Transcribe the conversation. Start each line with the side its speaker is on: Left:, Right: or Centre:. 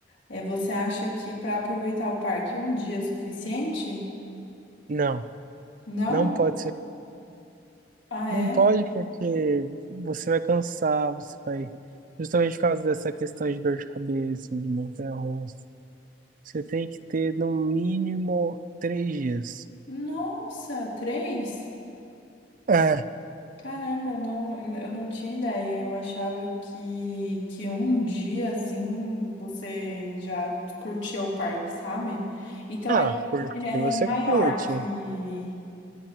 Left: é, você acha que para aproveitar o parque um dia é suficiente?
Right: Não,
Left: Não?
Right: não pode ser.
Left: Ah, é?
Right: Não pode porque você vai cansar, você vai. Justamente por causa dessa questão de dor de cabeça, de montanha-russa. Você tem que ter no mínimo três dias.
Left: Nossa, três?
Right: É,
Left: Caramba, eu não, eu não tinha ideia. Eu achava que, que um dia assim você já curtia o parque, sabe? Então
Right: Ah,
Left: ele,
Right: curte?
Left: ele é
Right: você
Left: maior
Right: curte.
Left: que